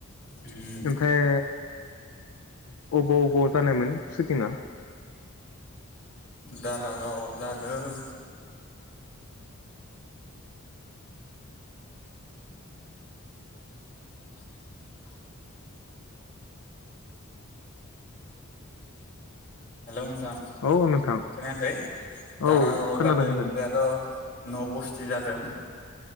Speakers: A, on the left; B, on the left.
A: उम
B: ओमफ्राय अबाव अबाव जानायमोन सुटिंआ?
A: दारागावआव जादों। <inaudible> हेलौ नोंथां
B: औ नोंथां
A: खोनायाखै दारागावाव
B: औ खोनादों
A: जादों
B: खोनादों
A: ओमफ्रायथ' न' बस्थि जादों।